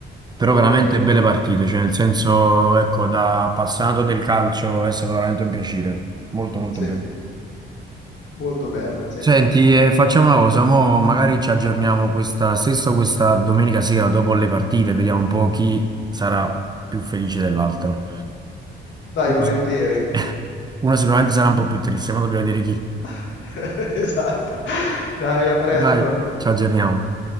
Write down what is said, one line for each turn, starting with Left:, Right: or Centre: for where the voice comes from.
Left: Speriamo
Right: Però veramente
Left: bene.
Right: belle partite, cioè nel senso, ecco, da appassionato del calcio è stato veramente un piacere. Molto molto
Left: Sì.
Right: bello.
Left: Molto bella, sì.
Right: Senti, eh, facciamo una cosa, mo magari ci aggiorniamo questa stessa questa domenica sera dopo le partite, vediamo un po' chi sarà più felice dell'altro.
Left: Dai
Right: Uno
Left: volentieri.
Right: sic- <laughs> uno sicuramente sarà un po' più triste, ma dobbiamo vedere chi.
Left: <laughs> Esatto. Dai, a presto.
Right: Dai, ci aggiorniamo.